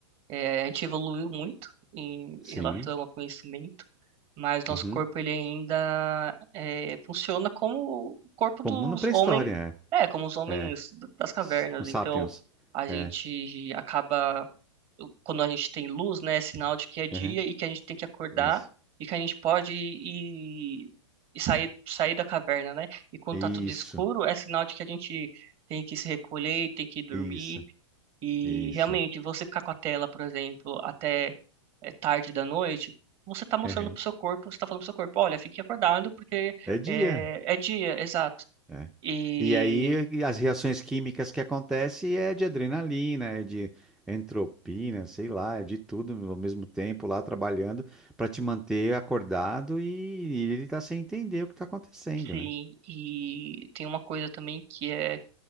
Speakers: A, on the right; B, in the centre.
A: é, A gente evoluiu muito em
B: Sim.
A: em relação ao conhecimento, mas nosso
B: Uhum.
A: corpo ele ainda é, funciona como o corpo
B: Comum
A: dos
B: na pré-história,
A: homens. É, como os homens
B: é. É.
A: d- das cavernas.
B: S- Os
A: Então,
B: sapiens.
A: a gente
B: É.
A: acaba quando a gente tem luz, né, é sinal de que é dia
B: Uhum.
A: e que a gente tem que acordar
B: Isso.
A: e que a gente pode ir e sair, sair da caverna, né? E quando
B: Isso.
A: tá tudo escuro, é sinal de que a gente tem que se recolher, tem que dormir
B: Isso.
A: e
B: Isso.
A: realmente você ficar com a tela, por exemplo, até eh, tarde da noite, você tá mostrando
B: Uhum.
A: pro seu corpo, você tá falando pro seu corpo, olha, fique acordado porque
B: É dia.
A: é, é dia, exato.
B: É.
A: E
B: E aí as reações químicas que acontecem é de adrenalina, é de entropina, sei lá, é de tudo ao mesmo tempo lá trabalhando para te manter acordado e, e ele tá sem entender o que tá acontecendo,
A: Sim,
B: né?
A: e tem uma coisa também que é,